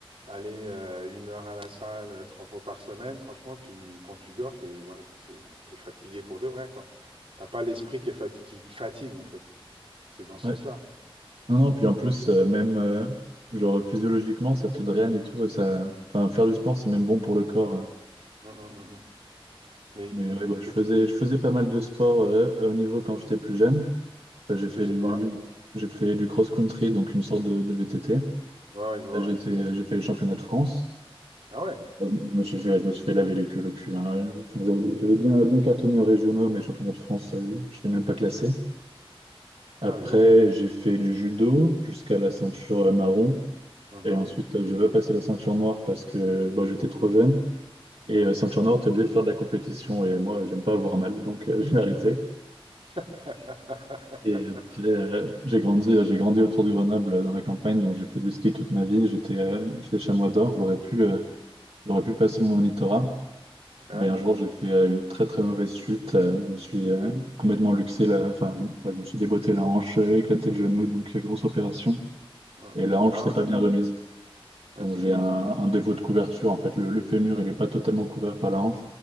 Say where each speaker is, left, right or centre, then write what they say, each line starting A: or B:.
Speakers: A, on the right; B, on the right.
A: aller euh, une heure à la salle euh, trois fois par semaine, franchement, tu, quand tu dors, t'es voilà, c'est- t'es- t'es fatigué pour de vrai, quoi. T'as pas l'esprit qui est fati- qui te fatigue en fait. C'est dans ce
B: Ouais.
A: sens-là.
B: Non, non, puis en plus,
A: Et-
B: euh, même euh, genre physiologiquement, ça te draine et tout. et ça... Enfin, faire du sport, c'est même bon pour le corps. hein.
A: Mm, mm, mm, mm. Mais
B: Mais ouais, bah, je
A: t'es-
B: faisais, je faisais pas mal de sport euh, à haut niveau quand j'étais plus jeune. Enfin, j'ai fait
A: tu faisais
B: du,
A: quoi? hein
B: j'ai fait du cross-country, donc une sorte de, de VTT.
A: Ouais, ouais, je vois,
B: J'étais,
A: ouais.
B: euh, j'ai fait les championnats de France.
A: Ah ouais,
B: Bon, Je, je me suis fait, je me suis fait laver les culs, le cul. hein. Enfin, j'avais j'avais bien, bien cartonné aux régionaux, mais championnats de France, je j'étais même pas classé. Après,
A: ouais, mais bon.
B: j'ai fait du judo jusqu'à la
A: Mm.
B: ceinture marron.
A: Mhm.
B: Et ensuite, je veux passer la ceinture noire parce que bah, j'étais trop jeune. Et euh, ceinture noire, t'es obligé de faire de la compétition. Et moi, j'aime pas avoir mal, donc euh, <laughs> j'ai arrêté.
A: <laughs>
B: Et après, euh, j'ai grandi, j'ai grandi autour de Grenoble, euh, dans la campagne, donc j'ai fait du ski toute ma vie. J'étais euh, j'étais chamois d'or, j'aurais pu, euh, j'aurais pu passer mon monitorat.
A: Ah
B: Mais
A: ouais,
B: un jour, j'ai fait euh, une très très mauvaise chute. Euh, je me suis euh, complètement luxé, la... enfin, ouais, je me suis déboîté la hanche, euh, éclaté le genou, donc euh, grosse opération.
A: Mm.
B: Et la hanche,
A: Ah
B: c'est
A: ouais,
B: pas bien remise.
A: Ah,
B: Donc
A: c'est
B: j'ai
A: chaud
B: un,
A: ça.
B: un défaut de couverture en fait. Le, le fémur, il n'est pas totalement couvert par la hanche.